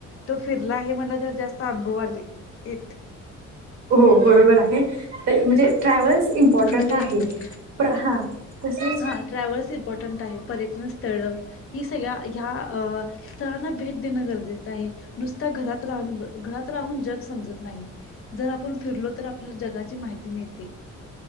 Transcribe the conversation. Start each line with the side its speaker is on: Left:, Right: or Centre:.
Left: त्यो फिरला आहे म्हणलं, तर जास्त अनुभव आले. एक
Right: हो बरोबर आहे. म्हणजे ट्रॅव्हल्स इम्पॉर्टंट
Left: मिनट
Right: आहे
Left: एक मिनट
Right: हा, तसच
Left: हा, ट्रॅव्हल्स इम्पॉर्टंट आहे. <unintelligible> तळ, ही सगळ्या ह्या स्थळांना भेट देणं गरजेचं आहे. नुसता घरात राहून घरात राहुन जग समजत नाही. जर आपण फिरलो तर आपल्याला जगाची माहिती मिळते